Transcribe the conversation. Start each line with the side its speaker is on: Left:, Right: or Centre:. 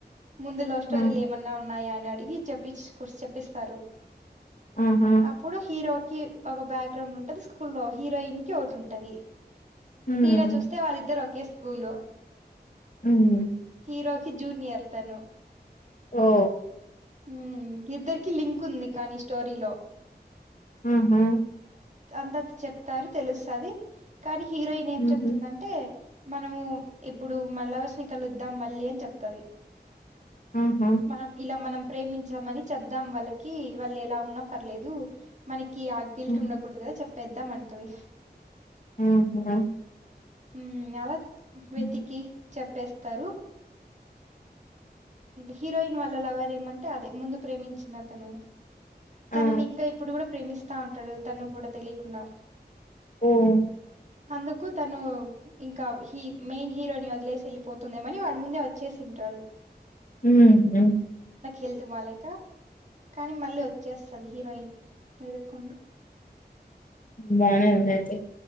Right: ముందు లవ్ స్టోరీలు
Left: ఆ అవునయితే
Right: ఏమన్నా ఉన్నాయా అడిగి చెప్పచు చెప్పిస్తారు
Left: ఆహా
Right: అప్పుడు హీరో కి ఒక బ్యాక్ గ్రౌండ్ ఉంటది స్కూ లో హీరోయిన్ కి ఒకటి ఉంటది
Left: ఉమ్,
Right: తీరా చూస్తే వాళ్ళిద్దరు ఒకే స్కూలు
Left: మ్
Right: హీరోకి జూనియర్ తను
Left: ఓ
Right: హ్మ్ ఇద్దరికి లింక్ ఉంది కానీ స్టోరీలో
Left: హ్మ్ హు
Right: అందత్ చెప్తారు తెలుస్తాది కానీ హీరోయిన్ ఏం
Left: ఉహు.
Right: చెప్తుందంటే మనము ఇప్పుడు మళ్ళ వర్ష కలుద్దాం మళ్ళీ అని చెప్తది.
Left: ఆహా!
Right: మనం ఇలా మనం ప్రేమించామని చెప్దాం వాళ్ళకి వాళ్ళు ఎలా ఉన్నా పర్లేదు మన కి ఆ గిల్ట్
Left: హ్మ్.
Right: ఉండకూడదు కదా చెప్ పెద్దాం అంటది.
Left: ఆహా
Right: హు అలా వెతికి
Left: అంతే.
Right: చెప్ పేస్తారు హీరోయిన్ వాళ్ళ లవర్ ఏమంటే అదే ముందు ప్రేమించిన అతను తనని
Left: ఆ!
Right: ఇంకా ఇప్పుడు కూడా ప్రేమిస్ స్తా ఉంటడు తను కూడా తెలియకుండా.
Left: ఓహ్!
Right: అందుకు తను ఇంకా హీ మెయిన్ హీరోని వదిలేసి వెళ్లి పోతుందేమో అని వాడి ముందే వచ్చేసి ఉంటాడు.
Left: హుహ్
Right: హెల్త్ బాలేక కానీ మళ్ళీ వచ్చేస్తది హీరోయిన్. పదకొండు
Left: బానే ఉందా అయితే.